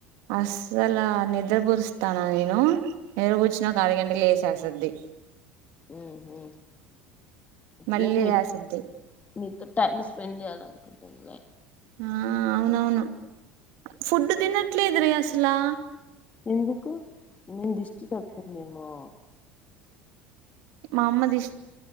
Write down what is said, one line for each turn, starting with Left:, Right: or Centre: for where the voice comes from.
Right: అసల నిద్ర పుచ్చుతన నేను నిద్ర పుచ్ఛిన్నాక అర గంటలకే లేషింది చేసది
Left: ఉహ్ హు
Right: మళ్ళీ
Left: ల మీ
Right: లేస్తది
Left: మీ టైమ్స్ వెడిే అాలకుంటన్నా
Right: ఆ అవునవును ఫుడ్ తినట్లేద్రి అసల ఎట్లా
Left: ఎందుకు పిల్లకి దిష్టి తగిలిదేమో
Right: మా అమ్మది ఇష్ట